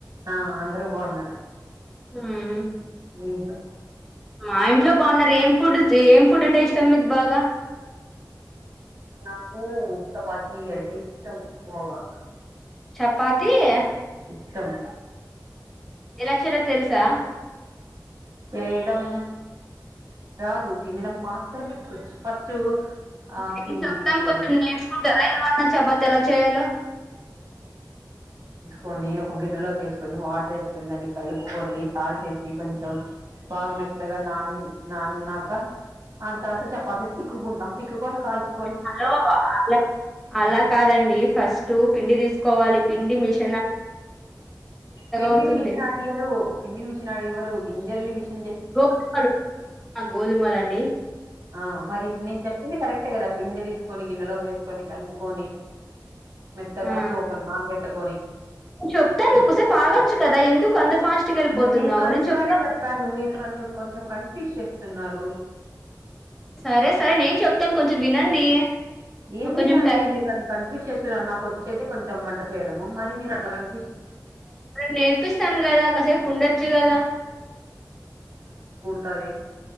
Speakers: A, on the right; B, in the centre.
A: ఆ అందరు బాగున్నారు
B: హ్మ్
A: మీ ఇంట్లో
B: మా ఇంట్లో బాగున్నారు ఏం ఫుడ్ ఏం ఫుడ్ అంటే ఇష్టం మీకు బాగా
A: నాకు చపాతి అంటే ఇష్టం బాగా
B: చపాతిీ ఈ
A: ఇష్టం
B: ఎలా చేయాలో తెల్సా
A: చేయడం రాదు తినడం మాత్రంేచ్చు ఫస్ట్ ఆ
B: మేము
A: పిండి
B: చెప్తాం
A: తీసుకొని
B: కొంచెం నేర్చుకుంటారా ఏమన్నా చపాతి ఎలా చేయాలో
A: కొని ఒక గిన్నెలో వేసుకొని వాటర్ వేసుకొని దాన్ని కలుపుకొని సాల్ట్ేసి కొంచెం బాగా మెత్తగా నాని నాని నాక ఆ తర్వాత చపాతి తిక్కుంటాం తిక్కుకొని కాల్చి
B: హలో అ అలా కాదండి ఫస్ట్ పిండి తీసుకోవాలి పిడి మిష్
A: పిండిని
B: అవుతుంది
A: మిషనాడియరు పిండిని మిషనాడివరు గింజల్ నీ మిష్
B: గోధుమలు గోధుమలు అండి
A: ఆ మరి నేను చెప్పింది కరెక్టే కదా పిండి తీస్ కొని గిన్నెలోకి వేసుకొని కలుపుకొని మెత్తగా
B: ఆ
A: సోకని నానబెట్టుకొని
B: చెప్తా నుకుసేపు ఆగొచ్చు కదా ఎందుకు అంత ఫాస్ట్గా వెళ్ళిపోతున్నావు
A: నేను కరెక్ట్
B: చెప్తాను
A: గానే చెప్పాను మీరు నన్ను కొ చెం కన్ఫ్యూజ్ చేస్తున్నారు
B: సరే సరే నేను చెప్తాను కొంచెం వినండి
A: ఏం
B: నాకు కొంచెం
A: వినాలి
B: టైం
A: మీరుని కన్ఫ్యూజ్ చేస్తున్నారు నాకు వచ్చేతే కొంచెం వంట చేయడము మరి మీరు అట్లా కని
B: నేర్పిస్తాను కదా కాసేపు ఉండొచ్చు కదా
A: తది